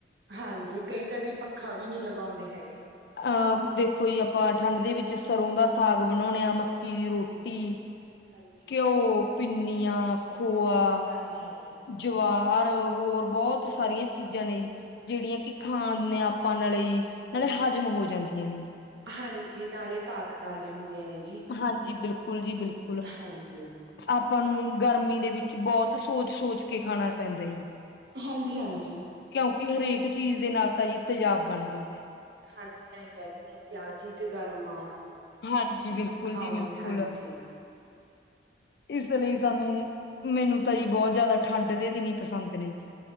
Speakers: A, on the right; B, on the left.
A: ਹਾਂਜੀ ਕਈ ਤਾਂ ਜੀ ਪੱਖਾ ਵੀ ਨਹੀਂੀ ਲਗਾਉਂਦੇ ਹੈਗੇ।
B: ਅਹ ਦੇਖੋ ਜੀ ਆਪਾਂ ਠੰਢ ਦੇ ਵਿੱਚ ਸਰ੍ਹੋਂ ਦਾ ਸਾਗ ਬਣਾਉਣੇ ਆ ਮੱਕੀ ਦੀ ਰੋਟੀ
A: ਹਾਂਜੀ।
B: ਘਿਓ ਪਿੰਨੀਆਂ ਖੋਆ
A: ਹਾਂਜੀ-ਹਾਂਜੀ-
B: ਜਵਾਰ ਹੋਰ ਬਹੁਤ ਸਾਰੀਆਂ ਚੀਜ਼ਾਂ ਨੇ ਜੀ ਜਿਹੜੀਆਂ ਕਿ ਖਾਣ ਨੇ ਆਪਾਂ ਨਾਲੇ ਨਾਲੇ ਹਜ਼ਮ ਹੋ ਜਾਂਦੀਆਂ ਨੇ ਜੀ
A: ਹਾਂਜੀ ਨਾਲੇ ਤਾਕਤਾਲੀਆਂ ਹੁੰਦੀਆਂ ਨੇ ਜੀ
B: ਹਾਂਜੀ ਬਿਲਕੁਲ ਜੀ ਬਿਲਕੁਲ
A: ਹਾਂਜੀ
B: ਆਪਾਂ ਨੂੰ ਗਰਮੀ ਦੇ ਵਿੱਚ ਬਹੁਤ ਸੋਚ ਸੋਚ ਕੇ ਖਾਣਾ ਪੈਂਦਾ ਜੀ।
A: ਹਾਂਜੀ ਹਾਂਜੀ
B: ਕਿਉਂਕਿ ਹਰੇਕ ਚੀਜ਼ ਦੇ ਨਾਲ ਤਾਂਾ ਜੀ ਤੇਜ਼ਾਬ ਬਣ ਜਾਂਦਾ ਹੈ
A: ਹਾਂਜੀ ਅਸੀਂ ਕਹਿ ਦਿੰਨਦੇ ਹਾਂ ਜੀ ਆਹ ਚੀਜ਼ ਗਰਮ ਆ
B: ਹਾਂਜੀ ਬਿਲਕੁਲ
A: ਖਾਓਗੇ
B: ਜੀ ਬਿਲਕੁਲ
A: ਹਾਂਜੀ।
B: ਇਸ ਲਈ ਸਾਨੂੰ ਮੈਨੂੰ ਤਾਂ ਜੀ ਬਹੁਤ ਜ਼ਿਆਦਾ ਠੰਢ ਦੇ ਦਿਨ ਹੀ ਪਸੰਦ ਨੇ ਜੀ